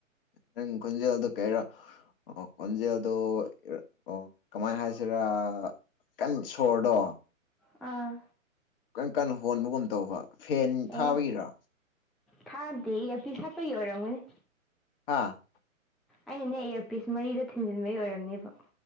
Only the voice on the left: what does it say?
ꯅꯪ ꯈꯣꯟꯖꯦꯜꯗꯣ ꯀꯩꯔꯥ ꯑꯣ ꯈꯣꯟꯖꯦꯜꯗꯣ ꯑꯣ ꯀꯃꯥꯏꯅ ꯍꯥꯏꯁꯤꯔꯥ ꯀꯟ ꯁꯣꯔꯗꯣ
ꯀꯟ ꯀꯟꯅ ꯍꯣꯟꯕꯒꯨꯝ ꯇꯧꯕ ꯐꯦꯟ ꯊꯥꯕꯒꯤꯔ
ꯍꯥ